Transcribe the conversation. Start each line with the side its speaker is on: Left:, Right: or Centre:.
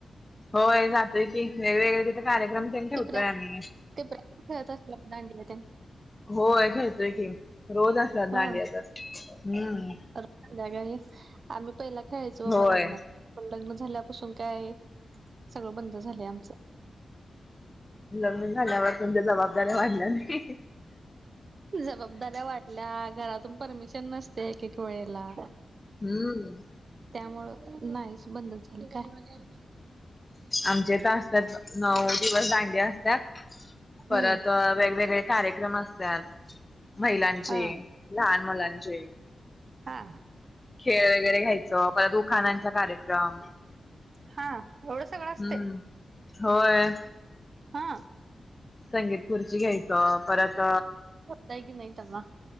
Left: होय जातोय की वेगवेगळे तिथे, कार्यक्रम तेन ठेवतोय
Right: टिपऱ्या
Left: आम्ही.
Right: टिपऱ्या खेळत असणार की, दांडिया तेन.
Left: होय खळतोय की, रोज असत्यात दांडिया
Right: हा
Left: तर हम्म.
Right: संध्याकाळी आम्ही पहिला खेळायचो बाबा
Left: होय
Right: लग्नाचा, पण लग्न झाल्यापासून काय. सगळं बंद झालंय आमचं.
Left: लग्नं झाल्यावर तुमच्या जबाबदाऱ्या वाढल्या नी.
Right: जबाबदाऱ्या वाढल्या, घरातून परमिशन नसते एक एक वेळेला.
Left: हम्म.
Right: त्यामुळं नाहीच बंदच झाले काय.
Left: आमच्या इथं असत्यात, नऊ दिवस दांड्या अस त्यात परत
Right: हम्म
Left: वेगवेगळे कार्यक्रम असत्यात. महिलांचे
Right: हा
Left: लहान मुलांचे.
Right: हा.
Left: खेळ वगैरे घ्यायचं, परत उख्यानांचा कार्यक्रम.
Right: हा, एवढं सगळं असतंय?
Left: हम्म होय
Right: हा.
Left: संगीत खुर्ची घ्यायचं परत.
Right: <unintelligible> नाही तेना.